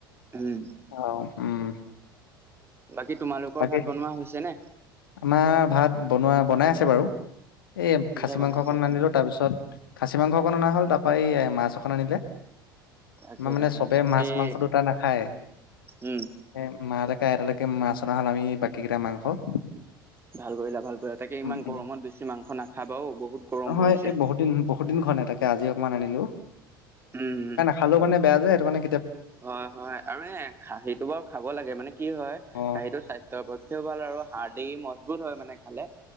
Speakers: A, on the right; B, on the left.
A: উম
B: অ উম
A: বাকী তোমালোকৰ
B: বাকী
A: ভাত বনোৱা হৈছেনে
B: আমাৰ ভাত বনোৱা, বনাই আছে বাৰু। এই
A: কিহে
B: খাচী
A: বনাইছে
B: মাংস অকন আনিলোঁ। তাৰপিছত খাছী মাংস অকন অনা হ'ল, তাৰপৰা এ মাছ অকন আনিলে।
A: তাকে
B: আমাৰ মানে
A: তাকে
B: চবেই মাছ,
A: এই
B: মাংস দুটা নাখায়।
A: উম
B: এ মালেকে আইতালেকে মাছ অনা হ'ল, আমি বাকী কেইটা মাংস।
A: ভাল কৰিলা, ভাল কৰিলা। তাকে ইমান
B: উম
A: গৰমত
B: উম
A: বেছি মাংস নাখাবা ও বহুত গৰম
B: নহয়
A: পৰিছে।
B: এই বহুত দিন বহুত দিন খোৱা নাই, তাকে আজি অকমান আনিলোঁ।
A: উম্ উম্।
B: খালেঁও মানে বেয়া যে, সেইটোকাৰনে।
A: হয় হয়, আৰু এ খাহীটো বাৰু খাব লাগে। মানে কি হয়,
B: অ
A: খাহীটো স্বাস্থ্য স্বাস্থ্য পাতিও ভাল আৰু হাৰ্ডি মজবুত হয় মানে খালে।